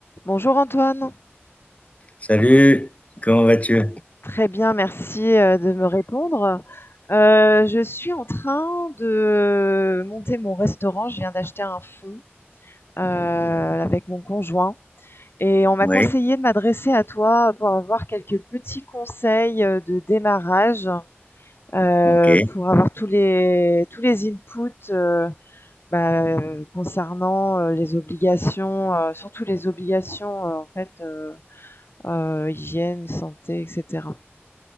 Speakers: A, on the left; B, on the left.
A: Bonjour Antoine,
B: Salut, comment vas-tu?
A: très bien, merci euh, de me répondre. Euh, je suis en train de monter mon restaurant, je viens d'acheter un fonds euh, avec mon conjoint et on m'a
B: Oui,
A: conseillé de m'adresser à toi pour avoir quelques petits conseils euh, de démarrage, euh,
B: ok.
A: pour avoir tous les, tous les inputs euh, bah, euh, concernant euh, les obligations, euh, surtout les obligations euh, en fait, euh, euh, hygiène, santé, etc.